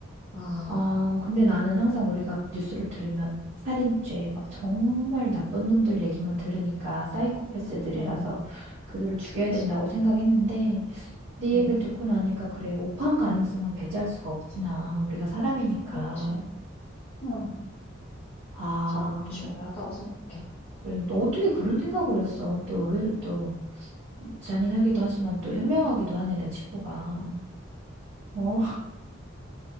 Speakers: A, on the left (about 30°); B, on the right (about 70°).
A: 아,
B: 아, 근데 나는 항상 우리가 뉴스를 들으면 살인죄, 막 정말 나쁜 놈들 얘기만 들으니까 사이코패스들이라서
A: 응,
B: 그들을 죽여야
A: 그치.
B: 된다고 생각했는데 네 얘기를
A: 응,
B: 듣고 나니까 그래, 오판 가능성을 배제할 수가 없구나. 우리가 사람이니까.
A: 그렇지. 응,
B: 아,
A: 참 중요하다고 생각해.
B: 그래. 너 어떻게 그런 생각을 했어? 또 의외로 또 잔인하기도 하지만 또 현명하기도 하네, 내 친구가. 어, <laughs>